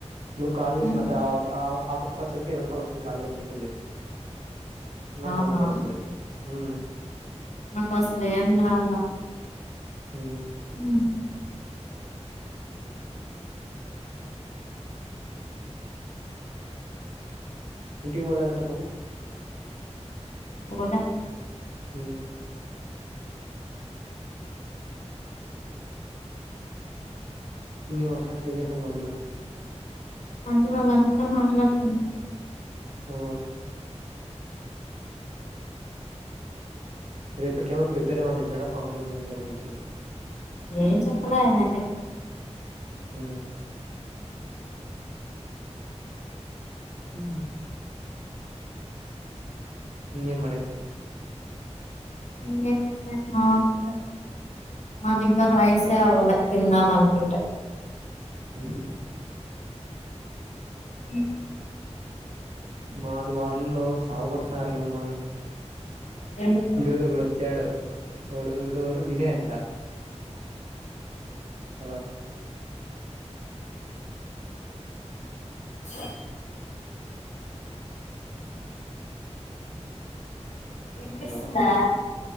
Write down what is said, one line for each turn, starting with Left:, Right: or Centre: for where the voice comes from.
Right: నువ్వు కాల్ చేసిన
Left: ఉమ్,
Right: తవాత ఆ ఒక్క పర్సన్ కి ఎరనై రూపాయలు వస్తుంది కాల్ కాని చెప్పి ఉంది నాకు
Left: అవునా
Right: వంద పాలు వస్తది ఊ
Left: నాకు అసలు ఏం లాల
Right: ఊ
Left: ఊ
Right: ఇంటికి పోలేదంట నువ్వు
Left: పోలె
Right: హ ఏం మచ్చా ఏం జేస్తోంది మంజుల
Left: మంజుల వాళ్ళ అన్నతో మాట్లాడుతుంది
Right: ఊ రేపటికేమో ప్రిపేర్ కావమని చెినా ఫామ్ కో దాని గురించి
Left: ఏం చెప్పలే ఆయన అయితే
Right: అ ఊ ఇంగేం మరి
Left: ఇంగేముంది మామూలే మా దింట్ల రైసే అవలె తిందాం అనుకుంటే
Right: అ
Left: అ
Right: మాది వాడులలో సావ గొడుతున్నారులే మమ్మల్ని
Left: ఎందుకు
Right: ఈరోజు ఒకడు వచ్చాడు వాడుడురు వినేయ అంట హలో
Left: సే వినిపిస్తుందా
Right: హలో